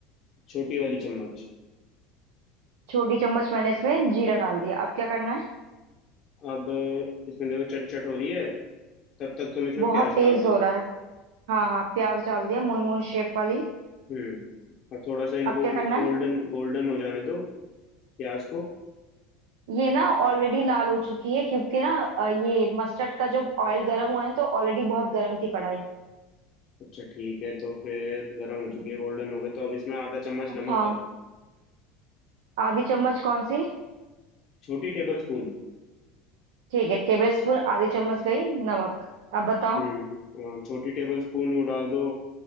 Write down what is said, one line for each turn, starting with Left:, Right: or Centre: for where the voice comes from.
Left: छोटी वाली चम्मच
Right: छोटी चम्मच मैंने इसमें जीरा डाल दिया अब क्या करना है
Left: अब इसमें देखो चट चट हो रही है तब तक तुम इसमें
Right: बहुत
Left: प्याज
Right: तेज
Left: डाल
Right: हो
Left: दो
Right: रहा है हाँ हाँ प्याज डाल दिया मून मून शेप वाली
Left: हम्म अब थोड़ा सा इनको
Right: अब क्या करना
Left: गोल्डन
Right: है
Left: गोल्डन हो जाने दो प्याज को
Right: ये ना ऑलरेडी लाल हो चुकी है क्योंकि ना अ, ये मस्टर्ड का जब ऑयल गर्म हुआ है ना तो ऑलरेडी बहुत गर्म थी कढ़ाई
Left: अच्छा ठीक है तो फिर गर्म हो चुकी है गोल्डन हो गई तो अब इसमें आधा चम्मच नमक
Right: हाँ
Left: डालो
Right: आधी चम्मच कौन सी
Left: छोटी टेबल स्पून
Right: ठीक है टेबल स्पून आधी चम्मच गई नमक अब बताओ
Left: हम्म अ, छोटी टेबल स्पून वो डाल दो